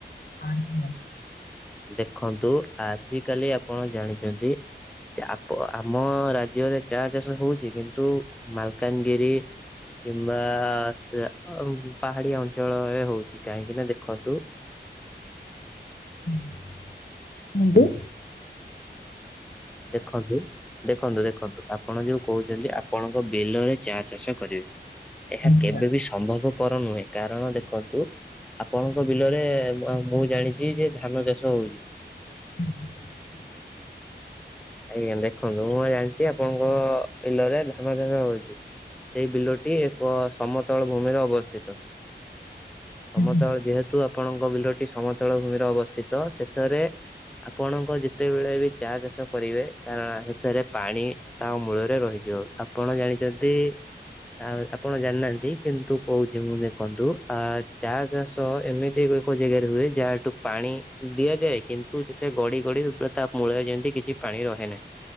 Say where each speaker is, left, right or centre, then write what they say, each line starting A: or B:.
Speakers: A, on the left (about 55°); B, in the centre.
A: ଆଜ୍ଞା।
B: ଦେଖନ୍ତୁ ଆଜି କାଲି ଆପଣ ଜାଣିଚନ୍ତି ଚା ଆମ ରାଜ୍ୟରେ ଚା ଚାଷ ହୋଉଚି କିନ୍ତୁ ମାଲକାନଗିରି କିମ୍ବା ସେ ଆଉ ପାହାଡିଆ ଅଞ୍ଚଳରେ ହୋଉଚି କାହିଁକି ନା ଦେଖନ୍ତୁ।
A: ହୁଁ କୁହନ୍ତୁ।
B: ଦେଖନ୍ତୁ ଦେଖନ୍ତୁ ଦେଖନ୍ତୁ ଆପଣ ଯୋଉ କୋହୁଚନ୍ତି ଆପଣଙ୍କ ବିଲରେ ଚା ଚାଷ କରିବେ ଏହା
A: ଆଜ୍ଞା
B: କେବେବି ସମ୍ଭବ ପର ନୁହେଁ କାରଣ ଦେଖନ୍ତୁ ଆପଣଙ୍କ ବିଲରେ ଆ ମୁଁ ଜାଣିଚି ଯେ ଧାନ ଚାଷ ହୋଉଚି।
A: <inaudible>
B: ଆଜ୍ଞା ଦେଖନ୍ତୁ ମୁଁ ଜାଣିଚି ଆପଣଙ୍କ ବିଲରେ ଧାନ ଚାଷ ହୋଉଚି। ସେଇ ବିଲଟି ଏକ ସମତଳ ଭୂମିରେ ଅବସ୍ଥିତ। ସମତଳ
A: ଆଜ୍ଞା।
B: ଯେହେତୁ ଆପଣଙ୍କ ବିଲଟି ସମତଳ ଭୂମିରେ ଅବସ୍ଥିତ ସେଥରେ ଆପଣଙ୍କ ଯେତେବେଳେ ବି ଚା ଚାଷ କରିବେ କାରଣ ଏଥେରେ ପାଣି ତା ମୂଳରେ ରହିଯିବ ଆପଣ ଜାଣିଚନ୍ତି। ଆ ଆପଣ ଜାଣିନାହାନ୍ତି କିନ୍ତୁ କୋହୁଚି ମୁଁ ଦେଖନ୍ତୁ ଆ ଚା ଚାଷ ଏମିତି ଏକ ଜାଗାରେ ହୁଏ ଯାହାଠୁ ପାଣି ଦିଆଯାଏ କିନ୍ତୁ ସେ ଗଡି ଗଡି ତା ମୂଳ ଯେମିତି କିଛି ପାଣି ରହେ ନାହିଁ